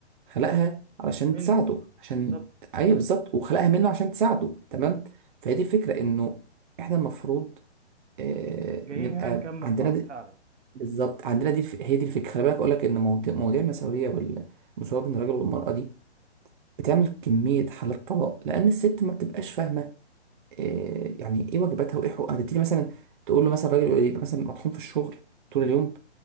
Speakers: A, on the right; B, on the right.
A: خلقها علشان
B: منه
A: تساعده عشان
B: بالظبط
A: أيوه بالظبط وخلقها منه عشان تساعده تمام فهي دي الفكرة إنه إحنا المفروض آه،
B: جايين
A: نبقى
B: هنا نكمل
A: عندنا
B: بعض
A: دي
B: فعلا
A: بالظبط عندنا دي الف- هي دي الفكرة خلي بالك أقول لك إن مواضيع مواضيع المساوية وال- المساواة بين الراجل والمرأة دي بتعمل كمية حالات طلاق لأن الست ما بتبقاش فاهمة إيه يعني إيه واجباتها وإيه حقوقها تبتدي مثلا تقول له مثلا الراجل يبقى مثلا مطحون في الشغل طول اليوم